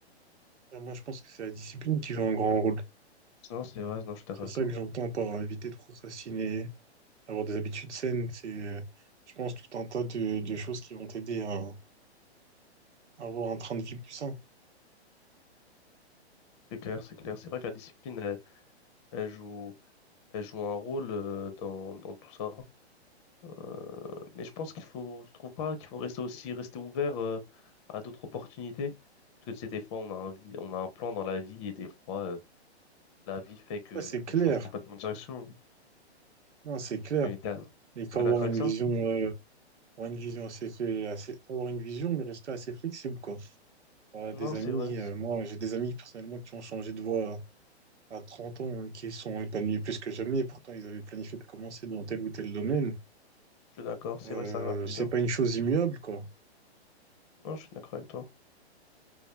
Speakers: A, on the right; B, on the left.
A: Ah, moi, je pense que c'est la discipline qui joue un grand rôle.
B: Non, c'est vrai, non, je suis d'accord
A: C'est
B: avec
A: ça
B: toi.
A: que j'entends par éviter de procrastiner, avoir des habitudes saines. C'est, euh, je pense, tout un tas de, de choses qui vont t'aider à à avoir un train de vie plus sain.
B: C'est clair, c'est clair. C'est vrai que la discipline, elle, elle joue, elle joue un rôle euh, dans, dans tout ça. Euh, mais je pense qu'il faut, je trouve pas qu'il faut rester aussi rester ouvert euh, à d'autres opportunités. Parce que tu des fois, on a un vie- on a un plan dans la vie et des fois, euh, la vie fait que
A: Ouais, c'est
B: qu'on
A: clair.
B: change complètement de direction.
A: Non, c'est clair.
B: Et t'as-
A: Il faut
B: T'es
A: avoir
B: d'accord
A: une
B: avec ça?
A: vision, euh, avoir une vision assez, fle- assez, faut avoir une vision, mais rester assez flexible, quoi. Voilà,
B: Non,
A: des amis,
B: c'est vrai. c'est-
A: euh, moi, j'ai des amis personnellement qui ont changé de voie à, à 30 ans, et qui sont épanouis plus que jamais. Pourtant, ils avaient planifié de commencer dans tel ou tel domaine.
B: Je suis d'accord. C'est
A: Euh,
B: vrai que ça arrive à plus
A: c'est
B: d'un.
A: pas une chose immuable, quoi.
B: Non, je suis d'accord avec toi.